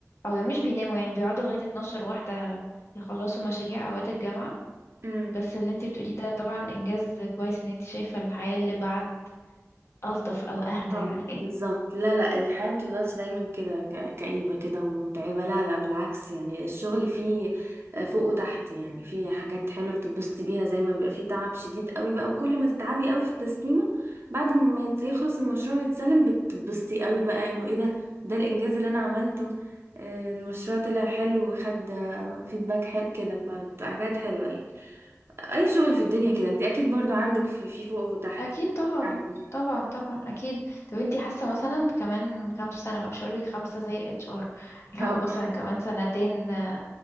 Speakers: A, on the left (about 55°); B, on the right (about 50°).
A: او يعني مش بيناموا يعني بيقعدوا لغاية 12 واحدة يخلصوا مشاريع اوقات الجامعة
B: امم
A: بس اللي انتي بتقوليه ده طبعا انجاز كويس ان انتي شايفة الحياة اللي بعد ألطف أو أهدى
B: اه
A: يعني <laughs>
B: بالظبط لا لا الحياة متفضلش دايما كده ك- كئيبة كده ومتعبة لا لا بالعكس يعني الشغل فيه آه، فوق وتحت يعني فيه حاجات حلوة بتتبسطي بيها زي ما بيبقى فيه تعب شديد قوي بقى وكل ما تتعبي قوي في التسليمة بعد ما يت- يخلص المشروع ويتسلم بتتبسطي قوي بقى انه ايه ده ده الانجاز اللي انا عملته آه، المشروع طلع حلو وخد فيدباك حلو كده فحاجات حلوة يعني اي شغل في الدنيا كده انت اكيد برضو عندك في في فوق وتحت
A: أكيد طبعا
B: يعني
A: طبعا طبعا أكيد طب أنتي حاسة مثلا كمان كام سنة بقى مش هقولك خمسة زي اتش ار <laughs>
B: اه
A: لو مثلا
B: <laughs>
A: كمان سنتين آه،